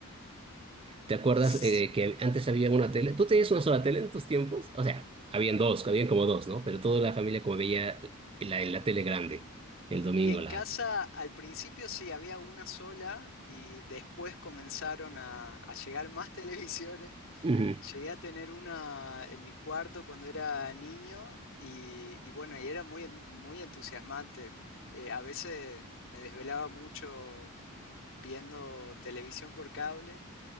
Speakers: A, on the right; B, on the left.
A: ¿Te acuerdas
B: s-
A: eh, que antes había una tele? ¿Tú tenías una sola tele en tus tiempos? O sea, habían dos, habían como dos, ¿no? Pero toda la familia como veía la, la tele grande, el domingo
B: Y en
A: la...
B: casa al principio sí había una sola y después comenzaron a, a llegar más <laughs> televisiones
A: Ujú.
B: Llegué a tener una en mi cuarto cuando era niño y, y bueno, y era muy, en- muy entusiasmante. Eh, a veces me desvelaba mucho viendo televisión por cable